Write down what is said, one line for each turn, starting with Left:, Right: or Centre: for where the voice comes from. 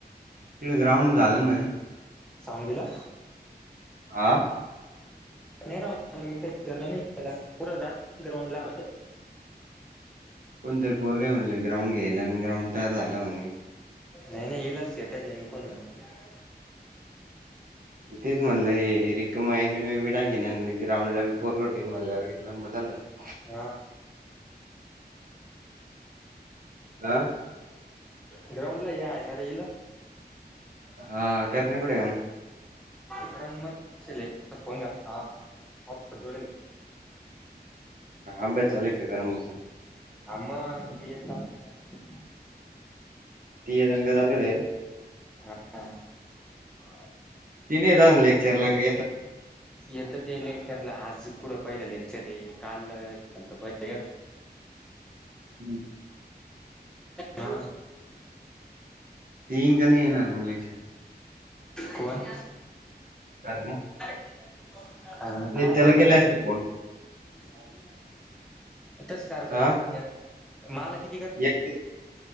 Right: तिङ ग्राऊड झालं न नवीन
Centre: सांवगीला
Right: हा
Centre: मी का रण नाही केला पु जात ग्राउंड ला.
Right: कोणतरी पोर काय म्हणले ग्राउंड घ्यायला आणि ग्राउंड तयार झालं म्हणे.
Centre: <unintelligible>
Right: <unintelligible>
Centre: <inaudible>
Right: हा
Centre: ग्राउंड ला या आहे.
Right: <unintelligible>
Centre: करून बसले फोन घेतला होता जोडेल.
Right: अभ्यास चालू आहे का गणू भाऊचा.
Centre: हा मंग बीए चालू.
Right: तिघेजण घर आलेले आहे.
Centre: <inaudible>
Right: ति नाही लेक्चर ला येतात.
Centre: येत ते लेक्चरला आज कुठं पहिलं लेक्चर आहे काल पहिलं.
Right: हम्.
Centre: हा
Right: तीन जाणे येणार मग लेक्चरला.
Centre: कोण?
Right: कारण
Centre: अ
Right: नित्याला
Centre: काय सांगा
Right: केला असता
Centre: ती.
Right: फोन.
Centre: <unintelligible>
Right: हां, एक ते